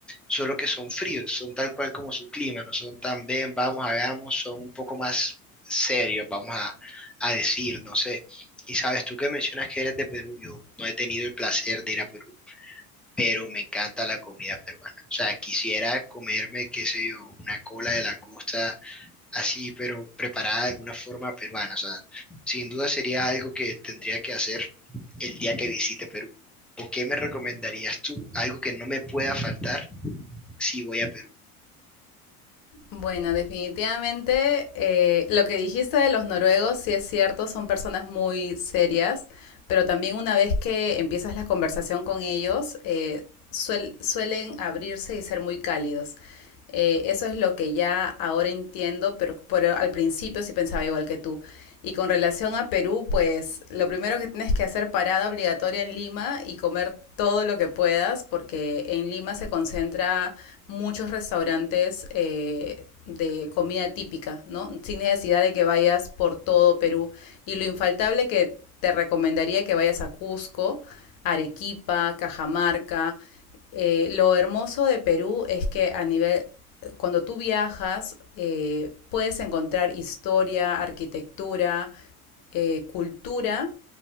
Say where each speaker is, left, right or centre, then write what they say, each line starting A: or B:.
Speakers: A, in the centre; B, on the left.
A: solo que son fríos, son tal cual como su clima, no son tan ven, vamos, hagamos, son un poco más serios, vamos a, a decir, no sé. Y sabes, tú que mencionas que eres de Perú, yo no he tenido el placer de ir a Perú, pero me encanta la comida peruana. O sea, quisiera comerme, qué sé yo, una cola de langosta así, pero preparada de alguna forma peruana. O sea, sin duda sería algo que tendría que hacer el día que visite Perú. ¿O qué me recomendarías tú? Algo que no me pueda faltar si voy a Perú.
B: Bueno, definitivamente eh, lo que dijiste de los noruegos, sí es cierto, son personas muy serias, pero también una vez que empiezas la conversación con ellos, eh, suel- suelen abrirse y ser muy cálidos. Eh, eso es lo que ya ahora entiendo, pero, pero al principio sí pensaba igual que tú. Y con relación a Perú, pues lo primero que tienes que hacer parada obligatoria en Lima y comer todo lo que puedas, porque en Lima se concentra muchos restaurantes eh, de comida típica, ¿no? Sin necesidad de que vayas por todo Perú. Y lo infaltable que te recomendaría que vayas a Cusco, Arequipa, Cajamarca. Eh, lo hermoso de Perú es que a nivel, cuando tú viajas, eh, puedes encontrar historia, arquitectura, eh, cultura